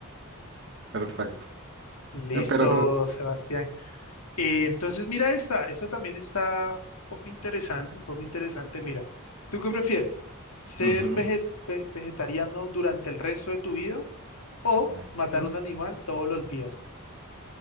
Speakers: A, on the right; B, on the left.
A: perfecto.
B: Listo,
A: Espero tu,
B: Sebastián. Eh, entonces mira esta, esta también está un poco interesante, un poco interesante. Mira, ¿tú qué prefieres? ¿Ser
A: Ujú.
B: vege- ve- vegetariano durante el resto de tu vida o
A: Ya.
B: matar
A: Ujú.
B: un animal todos los días?